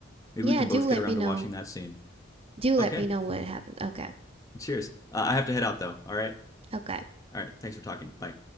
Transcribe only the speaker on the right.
yeah.
Do
let
me
know.
Do let
me know what happens. Okay,
okay.